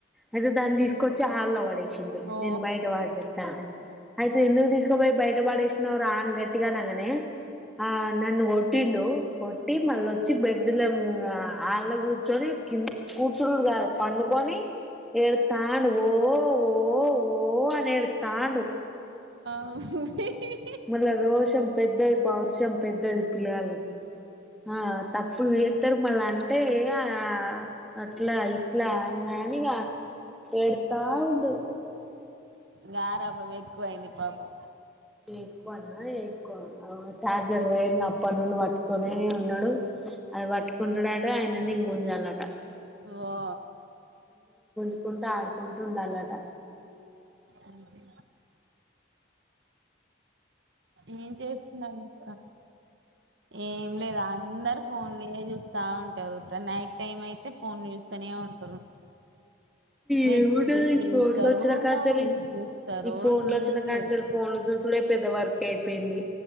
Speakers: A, in the centre; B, on the right.
A: అయితే దాన్ని తీసుకొచ్చి హళ వాడి
B: ఓ
A: నేను బయట వా చెప్తా అంటే అయితే ఎందుకు తీసుకోపోయి బయట ష్ట ఆన్ గట్టిగా నగనే ఆ వటిండు కొట్టి మళ్ళ వచ్చి బెడ్ల ఆళ్ళ కూర్చొని కి కూర్చు కాదు పండుకొని ఏడుతాడు ఓ ఓ ఓ అని ఎదుతండు
B: ఓహ
A: మళ్ళా రోషం పెద్దది పౌరుషం పెద్దది పిల్లలకి ఆ తప్పులు చేస్తారు మళ్ళా అంటే ఆ అట్లా ఇట్లా అన్నానిగా పెడతా ఉడు
B: గారాబం ఎక్కువ అయ్యింది పాపం
A: ఎక్కువనా ఎక్కువ చార్జర్ వైర్ నప్ప నుండి పట్టుకుొనే ఉన్నాడు అది పట్టుకుంటాడుట ఆయన ఇం ముజాలట
B: వా
A: చకుంటూ ఆడుకుంటూ ఉండాలట
B: అఓకే ఏం చేస్తున్నారు ఇంకా ఏం లేదు అందరు ఫోన్లు చూస్తా ఉంట జరుగుత నైట్ టైమ్ అయితే ఫోన్ చూస్తనే ఉంటారు వెబ్
A: ఏమింటదు
B: సిరీస్లు
A: ఈ ఫోన్లో
B: చూస్తారు
A: వచ్చినా కాంచాలాలు
B: మూవీస్ చూస్తారు
A: ఈ ఫోన్ లో వచ్చినా
B: ఏం
A: కాంచాలు
B: లేవు
A: ఫోన్లు చూసుడ పెద్ద వర్క్ అయిపోయింది